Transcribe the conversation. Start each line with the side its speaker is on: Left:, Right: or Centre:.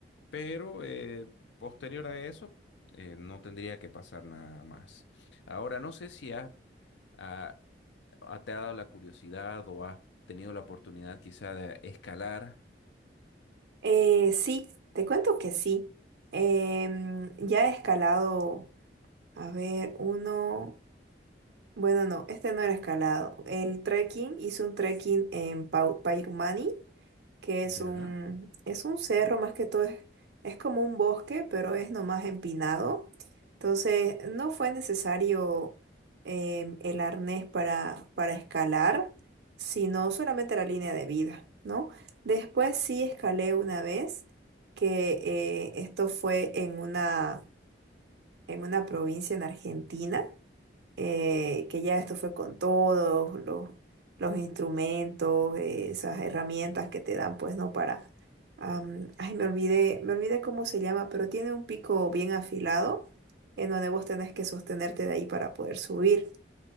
Left: Pero eh, posterior a eso, eh, no tendría que pasar nada más. Ahora, no sé si has, ah, ah, te ha dado la curiosidad o has tenido la oportunidad quizá de escalar.
Right: eh, sí, te cuento que sí. Em, ya he escalado, a ver, uno. Bueno, no, este no era escalado. El trekking, hice un trekking en Pau- Pairumani, que es
Left: Ya.
Right: un, es un cerro más que todo, es, es como un bosque, pero es nomás empinado. Entonces, no fue necesario em, el arnés para, para escalar, sino solamente la línea de vida, ¿no? Después sí escalé una vez, que eh, esto fue en una, en una provincia en Argentina eh, que ya esto fue con todos los, los instrumentos, eh, esas herramientas que te dan, pues, ¿no? Para, am, ay, me olvidé, me olvidé cómo se llama, pero tiene un pico bien afilado en donde vos tenés que sostenerte de ahí para poder subir.